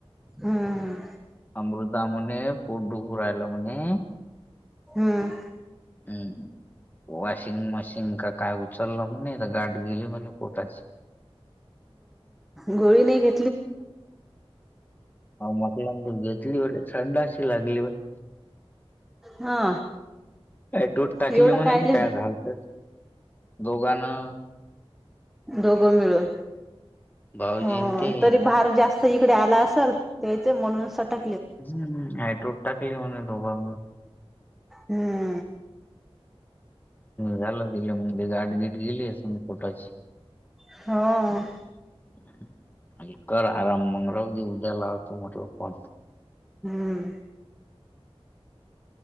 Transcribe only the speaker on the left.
अमृता म्हणे पोरडुपूर राहिला म्हणे
हम्म वॉशिंग मशीन का काग उचललं म्ह गाठ गेली म्हणे पोटाची
मकलांत घेतली बरे थडा अशी लागली व <inaudible>
काय तोट टाकली
म्हणाय
काय झाालत, दोघांना
भाऊजीन
ते
हम्म हाड्रोड टाकली म्ह धोबा
झाला तिला म्हग ते गाठगीट गेली सग पोटाची
आणि कर आराम मंगळाधी उद्यालावतो म्हटल फोन